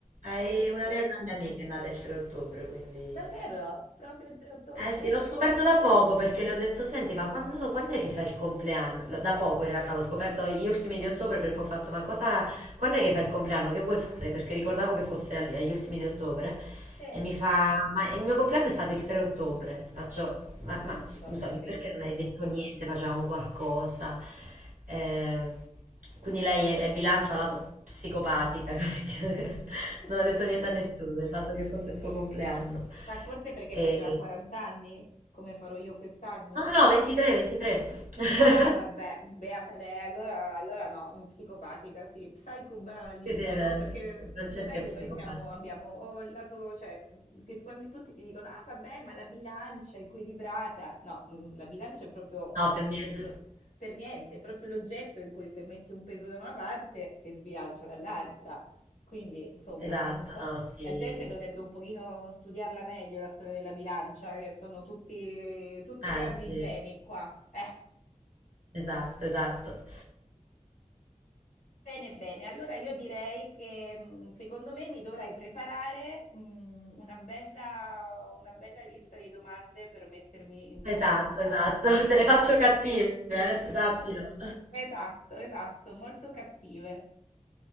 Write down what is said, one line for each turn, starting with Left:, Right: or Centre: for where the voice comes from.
Right: Hai
Left: Hai visto?
Right: una mia grande amica che è nata il 3 ottobre, quindi...
Left: Davvero? Proprio il 3 ottobre?
Right: Eh sì, l'ho scoperto da poco perché le ho detto, senti, ma quando, quando è che fai il compleanno? Lo- Da poco in realtà l'ho scoperto gli ultimi di ottobre perché ho fatto, ma cosa, quando è che fai il compleanno? Che vuoi fare? Perché ricordavo che fosse agli, agli ultimi di ottobre
Left: Sì,
Right: e mi fa, ma il mio compleanno è stato il 3 ottobre. Faccio, ma, ma
Left: non ci
Right: scusami,
Left: posso credere.
Right: perché non hai detto niente? Facevamo qualcosa. Eh, quindi lei è, è bilancia lato psicopatica, <laughs> capito?
Left: <laughs>
Right: Non ha detto niente a nessuno del fatto che fosse il suo compleanno.
Left: Ma forse perché
Right: E...
Left: faceva 40 anni, come farò io quest'anno?
Right: No, no, no, 23, 23. <laughs>
Left: Ah, vabbè, beata lei, allora, allora no, mm, psicopatica, sì, Psycho ba- Libra,
Right: Sì, sì, beh,
Left: no? Perché
Right: Francesca
Left: lo sai
Right: è
Left: che
Right: psicopatica.
Left: noi siamo, abbiamo o il lato, cioè, mm, che quando tutti ti dicono, ah, vabbè, ma la bilancia è equilibrata, no, mm, la bilancia è proprio
Right: No,
Left: per,
Right: per niente.
Left: per lo- per niente, è proprio l'oggetto in cui se metti un peso da una parte si sbilancia dall'altra, quindi, insomma,
Right: Esatto,
Left: un po'...
Right: no, sì.
Left: La gente dovrebbe un pochino studiarla meglio, la storia della bilancia, che sono tutti, tutti
Right: Eh,
Left: grandi
Right: sì,
Left: geni qua. Eh.
Right: esatto, esatto.
Left: Bene, bene, allora io direi che mh, secondo me mi dovrai preparare mh, una bella, una bella lista di domande per mettermi in difficoltà.
Right: Esatto, esatto. <laughs> Te le faccio cattive,
Left: Sì,
Right: eh, sappilo.
Left: esatto, esatto, molto cattive.